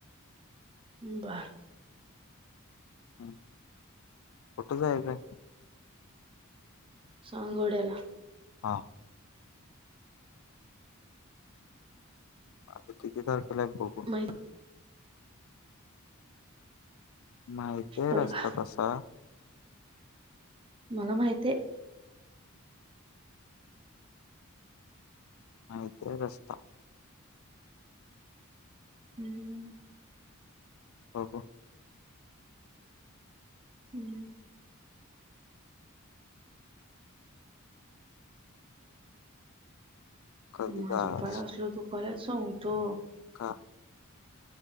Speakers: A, on the right; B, on the left.
A: बर.
B: हम् कुठ जायचं आहे का?
A: सांगोड्याला.
B: हा. अ किती तारखेला आहे तर केलाय बघू.
A: माहित
B: माहीतेय
A: बघा
B: रस्ता तसा.
A: मला माहितीये.
B: माहितीते रस्ता.
A: हम्म.
B: हो हो.
A: हम्म.
B: कधी
A: माझं
B: जायचं
A: पाय असल दुखाल्यात सांगतो.
B: हा.